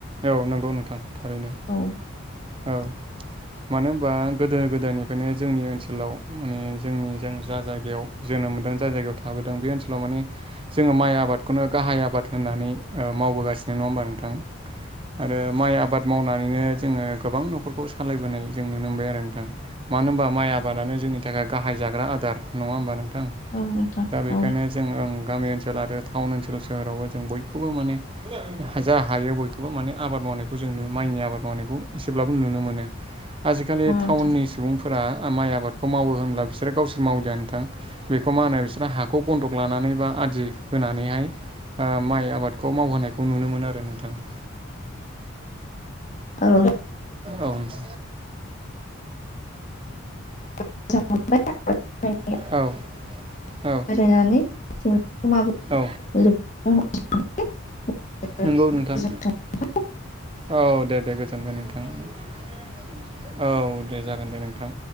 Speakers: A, on the right; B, on the left.
A: औ नंगौ नोंथां थारैनो
B: औ
A: औ मानो होनबा गोदो गोदायनिफ्रायनो जोंनि ओनसोलाव माने जोंनि जा जा जायगायाव जों मोन जाय जायगायाव थाबोदों बे ओनसोलाव माने जोङो माइ आबादखौनो गाहाय आबाद होननानै माव मावगासिनो नङा होमबा नोंथां आरो माइ आबाद मावनानैनो जोङो गोबां न'खरखौ सालायबोनाय जों नुनो मोनबाय आरो नोंथां। मानो होनबा माइ आबादानो जोंनि थाखाय गाहाय जाग्रा आदार नङा होमब नों नोंथां
B: औ नोंथां
A: दा बेखायनो
B: औ
A: जों गामि ओनसोल आरो टाउन ओनसोल सोहोरावबो जों बय बेखौबो माने जा हायो बयखौबो माने आबाद मावनायखौ जों नु माइनि आबाद मावनायखौ एसेब्लाबो नुनो मोनो आजिखालि
B: नंगौ
A: टाउननि
B: नोंथां
A: सुबुं फोरा माइ आबादखौ मावो होनब्ला बिसोरो गावसोर मावजानोोंथां बेखौ मा होनो बिसोर हाखौ बन्द'ख लानानै बा आदि होनानैहाय माइ आबादखौ मावहोनायखौ नुनो मोन आरो नोंथां। <inaudible>
B: औ
A: औमस।
B: <unintelligible>
A: औ।
B: <unintelligible>
A: औ औ
B: <unintelligible>
A: नंगौ नोंथां औ दे दे गोजोनबाय नोंथां। औ दे जागोन दे नोंथां।